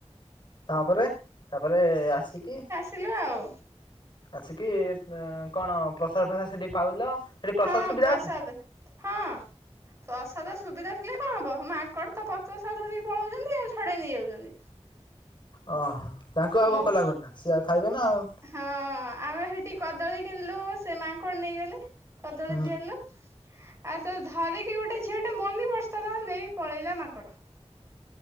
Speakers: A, on the left (about 45°); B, on the right (about 25°).
A: ତାପରେ? ତାପରେ ଆସିକି
B: ଥିଲେ ଆଉ
A: ଆସିକି ତେଏଁ କଣ ପ୍ରସାଦ ଫସାଦ ସେଠି ପାଇଲ ସେଠି ପ୍ରସାଦ
B: ହଁ
A: ସୁବିଧା
B: ପ୍ରସାଦ
A: ଅଛି ନା?
B: ହଁ। ପ୍ରସାଦ ସୁବିଧା ଥିଲେ କଣ ହବ? ମାଙ୍କଡ ତ ପତର ସହ ଧରିକି ପଳଉଛନ୍ତି ଆଉ। ଛଡେଇ ନେଇଯାଉଛନ୍ତି।
A: ଅ ହୋ ତାଙ୍କୁ ଆଉ
B: ମ
A: ଭୋକ ଲାଗୁନି ନା? ସିଏ ଆଉ ଖାଇବେ ନା ଆଉ।
B: ହଁ ଆମେ ସେଠି କଦଳୀ କିଣିଲୁ, ସେ ମାଙ୍କଡ ନେଇଗଲେ କଦଳୀ
A: ହୁଁ।
B: ଦିଆଲୁ। ଆଉ ତ ଧରିକି ଗୋଟେ ଝିଅଟେ ମନିପର୍ସଟା ତାର ନେଇ ପଳେଇଲା ମାଙ୍କଡ।